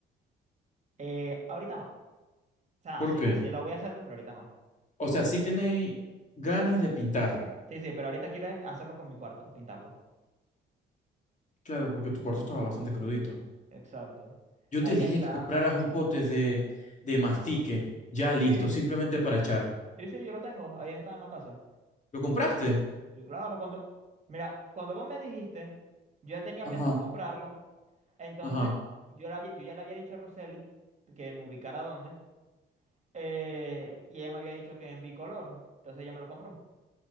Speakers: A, on the right; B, on the left.
A: Eh, ahorita no. O sea,
B: ¿Por
A: sí,
B: qué?
A: sí lo voy a hacer, pero ahorita no.
B: O sea, sí tenéis ganas de pintarla.
A: Sí, sí, pero ahorita quiero hacerlo con mi cuarto, pintarlo.
B: Claro, porque tu cuarto estaba bastante crudito.
A: Exacto.
B: Yo
A: El
B: te dije
A: que está.
B: que compraras un pote de, de mastique, ya listo,
A: Sí,
B: simplemente para echar.
A: sí, sí, yo lo tengo. Ahí está en la casa.
B: ¿Lo compraste?
A: Sí, claro, cuando. Mira, cuando vos me dijiste, yo ya tenía
B: Ajá,
A: pensado comprarlo. Entonces,
B: ajá.
A: yo, la había- yo ya le había dicho a Roseli que me ubicara dónde. eh, y ella me había dicho que en bicolor. Entonces ella me lo compró.